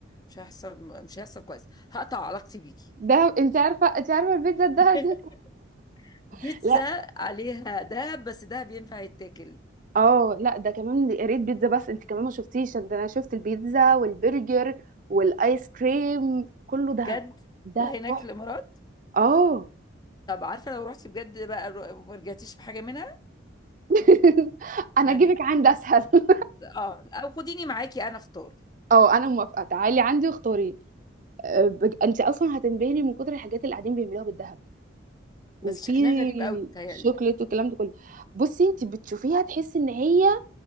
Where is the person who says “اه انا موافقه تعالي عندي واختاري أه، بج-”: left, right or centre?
Right